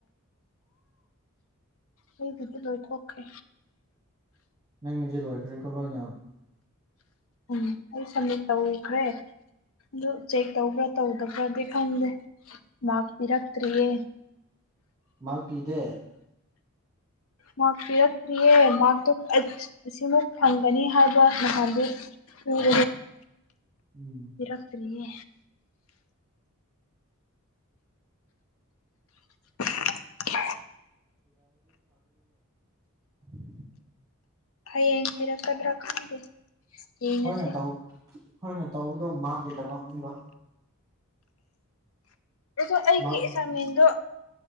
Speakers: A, on the left (about 70°); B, on the right (about 15°).
A: ꯑꯩꯕꯨꯗꯤ ꯂꯣꯏꯊꯣꯛꯀꯦ
B: ꯅꯪꯗꯤ ꯂꯣꯏꯈ꯭ꯔꯦꯀꯣ ꯅꯣꯏꯅ
A: ꯎꯝ ꯑꯩ ꯁꯝꯃꯤꯠ ꯇꯧꯈ꯭ꯔꯦ ꯑꯗꯨ ꯆꯦꯛ ꯇꯧꯕ꯭ꯔꯥ ꯇꯧꯗꯕ꯭ꯔꯗꯤ ꯈꯪꯗꯦ ꯃꯥꯥꯛꯄꯤꯤꯔꯛꯇ꯭ꯔꯤꯌꯦ
B: ꯃꯥꯔꯛ ꯄꯤꯗꯦ
A: ꯃꯥꯔ ꯄꯤꯔꯛꯇ꯭ꯔꯤꯌꯦ ꯃꯥꯔꯛꯇꯣ ꯑꯁꯤꯃꯨ ꯐꯪꯒꯅꯤ ꯍꯥꯏꯕ ꯅꯍꯥꯟꯗꯨ ꯎꯝ
B: ꯎꯝ
A: ꯐꯔꯥꯇꯔꯤꯌꯦ <inaudible>
B: ꯎꯝ
A: ꯍꯌꯦꯡ ꯄꯤꯔꯛꯀꯗ꯭ꯔꯥ ꯈꯪꯗꯦ ꯌꯦꯡꯉꯁꯤ
B: ꯑꯩꯈꯣꯏꯅ ꯇꯧ ꯑꯩꯈꯣꯏꯅ ꯇꯧꯕꯗꯣ ꯃꯥꯒꯤꯗꯃꯛꯅꯤꯕ
A: ꯑꯗꯣ ꯑꯩꯒꯤ
B: ꯃꯥꯔꯛ
A: ꯏꯁꯥꯃꯦꯟꯗꯣ